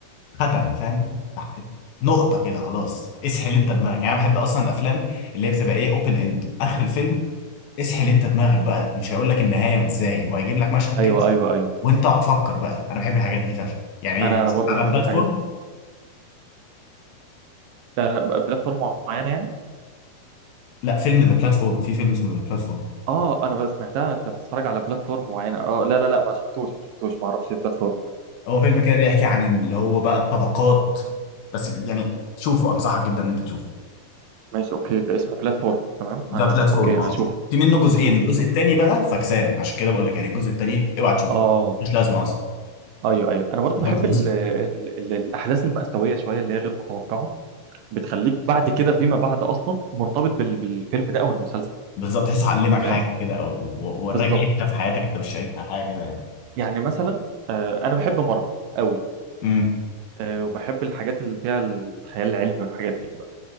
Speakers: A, on the left; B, on the right.
A: ختم، فاهم نقطة كده خلاص اسحل انت دماغك يعني انا بحب اصلا الافلام اللي هي بتبقى ايه اوبن اند اخر الفيلم اسحل انت دماغك بقى مش هيقول لك النهاية ازاي هو هيجيب لك مشهد
B: ايوه
A: كده
B: ايوه ايوه
A: وانت اقعد فكر بقى انا بحب الحاجات دي فشخ يعني
B: انا انا برضو
A: على
B: بحب
A: بلاتفورم
B: الحاجات دي ده ب- بلاتفورم معينه يعني
A: لا فيلم ذا بلاتفورم في فيلم اسمه ذا بلاتفورم
B: اه انا بس سمعتها انت بتتفرج على بلاتفورم معينه اه لا لا لا ما شفتوش ما شفتوش ما اعرفش ايه بلاتفورم
A: هو فيلم كده بيحكي عن اللي هو بقى الطبقات بس يعني شوفه انصحك جدا ان انت تشوفه
B: ماشي اوكي ده اسمه بلاتفورم تمام
A: ده
B: آه
A: بلاتفورم
B: اوكي
A: اهو
B: هشوف
A: في منه جزئين
B: هشوف
A: الجزء
B: هشوف
A: التاني بقى فكسان عشان كده بقول لك يعني الجزء التاني اوعى تشوفه
B: اه
A: مش لازمه اصلا
B: ايوه ايوه انا برضو بحب
A: هو جزء
B: ال ال ال الاحداث المأساوية شوية اللي هي غير متوقعة بتخليك بعد كده فيما بعد اصلا مرتبط بال بالفيلم ده او المسلسل
A: بالظبط تحسه علمك حاجه
B: فاهم
A: كده او و- وراك
B: بالظبط
A: حته في حياتك انت مش شايفها حاجه كده يعني
B: يعني مثلا آه انا بحب مارفل قوي
A: امم
B: آه وبحب الحاجات اللي فيها الخيال العلمي والحاجات دي بقى